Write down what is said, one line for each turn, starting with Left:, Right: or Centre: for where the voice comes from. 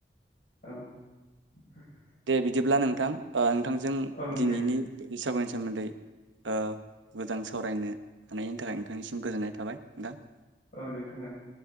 Left: औ । <unintelligible>
Right: दे बिदिब्ला नोंथां ओ नोंथां जों
Left: ओं
Right: दिनैनि
Left: दे
Right: बैसागुनि सोमोन्दै ओ मोजां सावरायनो हानायनि थाखाय नोंथांनिसिम गोजोननाय थाबाय नोंथां ।
Left: ओं नोंथां ओं ।